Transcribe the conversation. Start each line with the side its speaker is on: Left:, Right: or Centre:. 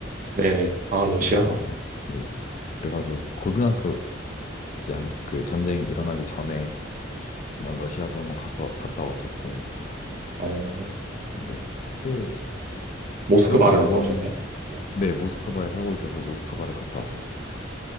Right: 네네. 아, 러시아.
Left: 네, 그래서 네. 그래가지고 고등학교 이제 한- 그 전쟁이 일어나기 전에 뭐 러시아도 한번 갔어 갔다 왔었고,
Right: 어,
Left: 네 그때
Right: 모스크바를
Left: 그렇게 말고는
Right: 갔다 오셨네. 네.
Left: 네 모스크바에 살고 있어서 모스크바를 갔다 왔었습니다.